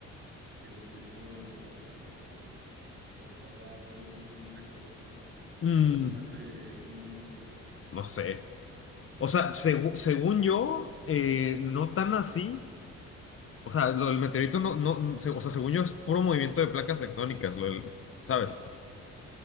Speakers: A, on the right; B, on the left.
A: y que el meteorito, o sea, lo, lo, lo separó a todos los continentes actuales, ¿sabes?
B: Mm,
A: O sea, eso se me hace muy loco.
B: no sé. O sea, segu- según yo, eh, no tan así. O sea, lo del meteorito no, no, no se- o sea, según yo es puro movimiento de placas tectónicas, lo del- ¿sabes?